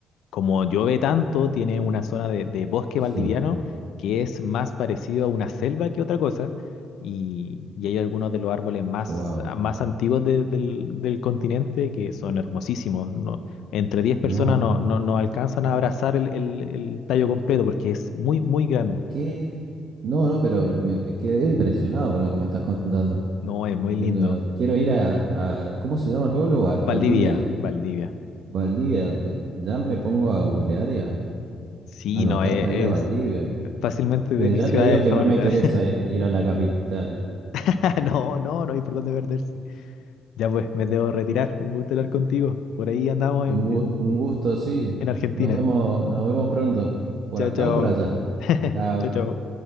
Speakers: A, on the left; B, on the right.
A: como llueve tanto, tiene una zona de, de bosque
B: Sí,
A: valdiviano que es más parecido a una selva que otra cosa, y, y hay algunos de los árboles más,
B: wow,
A: más antiguos de- del, del continente que son hermosísimos. ¿no? entre 10 personas
B: no,
A: no, no, no alcanzan a abrazar el, el- el tallo completo porque es muy, muy grande.
B: ¿qué? No, no, pero me me quedé impresionado con lo que me estás contando.
A: No, es muy
B: Porque
A: lindo.
B: no- Quiero ir a, a- ¿cómo se llama el pueblo? Val- Valdivia.
A: Valdivia, Valdivia.
B: Valdivia, de- ya me pongo a googlear
A: Sí,
B: Anotar
A: no, e-
B: para ir a
A: es,
B: Valdivia.
A: fácilmente de
B: Desde
A: mis
B: ya
A: ciudades
B: te digo que
A: favoritas.
B: no me interesa eh, ir a la capital.
A: <laughs> No, no, no hay por dónde perderse. Ya pues, me debo retirar. Un gusto hablar contigo. Por ahí andamos
B: Un
A: en,
B: gu-
A: en
B: un gusto, sí.
A: en Argentina.
B: Nos vemos, nos vemos pronto. ¿Por
A: Chao,
B: acá
A: chao.
B: o por allá?
A: <laughs>
B: Chao.
A: Chao, chao.